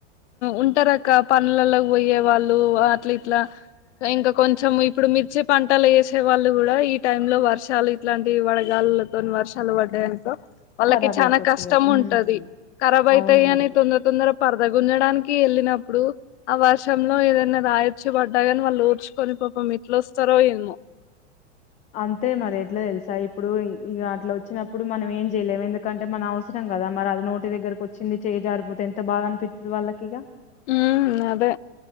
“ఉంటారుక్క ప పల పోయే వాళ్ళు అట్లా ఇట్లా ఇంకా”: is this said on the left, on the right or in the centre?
Left